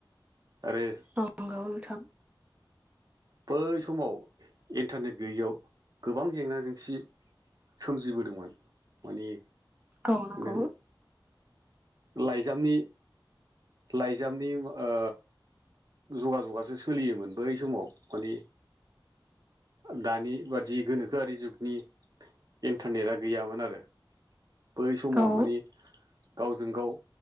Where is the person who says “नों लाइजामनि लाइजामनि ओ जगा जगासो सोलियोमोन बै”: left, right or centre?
Right